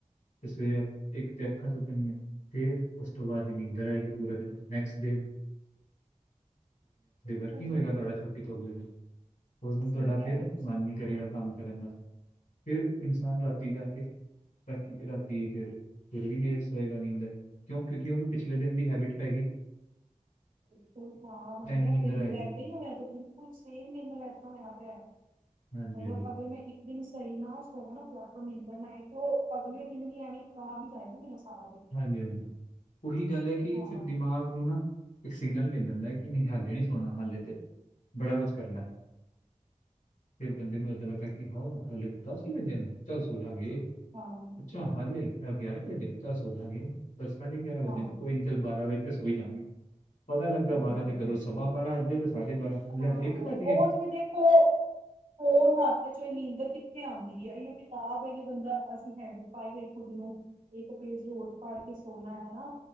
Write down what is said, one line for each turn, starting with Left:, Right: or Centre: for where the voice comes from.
Left: ਤੇ ਸਵੇਰ ਇੱਕ ਤੇ ਅੱਖਾਂ ਸੁੱਕਣਗੀਆ, ਫੇਰ ਉਸ ਤੋਂ ਬਾਅਦ
Right: ਹਾਂ
Left: ਨੀਂਦਰ ਆਏਗੀ ਪੂਰਾ ਦਿਨ, ਨੈਕਸਟ <inaudible>
Right: ਬਿਲਕੁਲ
Left: ਵਰਕ ਕੀ
Right: ਜੀ
Left: ਹੋਏਗਾ ਤੁਆਡਾ ਛੁੱਟੀ ਤੋਂ ਅਗਲੇ ਦਿਨ। ਉਸਨੂੰ
Right: ਸਹੀ
Left: ਤੁਆਡਾ
Right: ਕਹਿ
Left: ਫੇਰ
Right: ਰਹੇ ਹੋ ਤੁਸੀਂ
Left: ਮਨ ਨੀ ਕਰੇਗਾ ਕਾਮ ਕਰਨ ਦਾ, ਫੇਰ ਇਨਸਾਨ ਰਾ ਟੀ ਕਰਕੇ, ਰ੍ਹਾਤੀ ਫਿਰ ਰ੍ਹਾਤੀ ਫਿਰ ਵੀ ਲੇਟ ਸੋਏਗਾ, ਨੀੰਦਰ ਕਿਉਂ, ਕਿਉਂਕਿ ਉਨੂੰ ਪਿਛਲੇ ਦਿਨ ਦੀ ਹੈਬਿਟ ਪੈਗੀ।
Right: <unintelligible>
Left: ਹੀ ਨੀਂਦਰ
Right: ਮੇਰ ਨਾਲ
Left: ਆਏਗੀ
Right: ਏਦਾਂ ਈ ਹੋਇਆ, ਸੱਚੀ। ਬਿਲਕੁਲ ਸੇਮ ਮੇਰੇ ਨਾਲ ਏਦਾਂ ਹੋਇਆ ਪਿਆ,
Left: ਹਾਂਜੀ
Right: ਮਤਲਬ
Left: ਹਾਂਜੀ
Right: ਅਗਰ ਮੈਂ ਦਿਨ ਸਈ ਨਾ ਸੋਵਾ ਨਾ ਪ੍ਰੌਪਰ ਨਿੰਦਰ ਨਾ ਆਏ, ਤੇ ਓ ਅਗਲੇ ਦਿਨ ਵੀ ਐਵੇਂ ਖ਼ਰਾਬ ਈ ਜਾਏਗਾ ਮੇਰਾ ਸਾਰਾ ਦਿਨ
Left: ਹਾਂਜੀ-ਹਾਂਜੀ ਉਈ ਗੱਲ ਐ ਕਿ,
Right: ਹਾਂ।
Left: ਫਿਰ ਦਿਮਾਗ ਨੂੰ ਨਾ ਇੱਕ ਸਿਗਨਲ ਮਿਲ ਜਾਂਦੈ ਕਿ ਨਹੀਂ ਹਾਲੇ ਨੀ ਸੋਣਾ, ਹਲੇ ਤੇ ਬੜਾ ਕੁਛ ਕਰਨਾ। ਫਿਰ ਬੰਦੇ ਨੂੰ ਏਦਾਂ ਲਗਦੈ ਕਿ ਹੋੋਰ ਹਲੇ ਦੱਸ ਈ ਵਜੇ ਨੇ, ਚੱਲ ਸੋ ਜਾਂਗੇ,
Right: ਹਾਂ,
Left: ਅਛਾ
Right: ਹਾਂ,
Left: ਹਾਲੇ ਗਿਆਰਾਂ ਈ ਵਜੇ ਨੇ। ਚੱਲ ਸੋਜਾਂਗੇ, ਬਸ ਸਾਢੇ ਗਿਆਰਾਂ ਵਜੇ
Right: ਹਾਂ
Left: ਨ ਕੋਈ ਨੀ ਚੱਲ ਬਾਰਾਂ ਵਜੇ ਤੇ ਸੋਈ ਜਾਂਗੇ। ਪਤਾ ਲੱਗਦਾ
Right: ਬਿਲਕੁਲ,
Left: ਬਾਰਾਂ ਤੇ ਕਦੋ
Right: ਬਿਲਕੁਲ
Left: ਸਵਾ ਬਾਰਾਂ ਵਜੇ ਤੇ ਸਾਢੇ ਬਾਰਾਂ, ਲੈ
Right: ਹਾਂ
Left: ਏਕ ਵੱਜ‌ ਗਏ।
Right: ਉਂਝ ਵੀ ਦੇਖੋ ਫੋਨ ਹੱਥ'ਚ ਹੋਏ ਨੀਂਦਰ ਕਿੱਥੇ ਆਂਦੀ ਏ, ਐਈੳ ਕਿਤਾਬ ਅਈ ਬੰਦਾ, ਅਸੀਂ ਹੈਂਬੀਟ ਪਾਈ ਹੋਈਏ ਖੁੱਦ ਨੂੰ। ਏਕ ਪੇਜ ਰੋਜ਼ ਪਾੜਕੇ ਸੋਣਾ ਹੈਨਾ।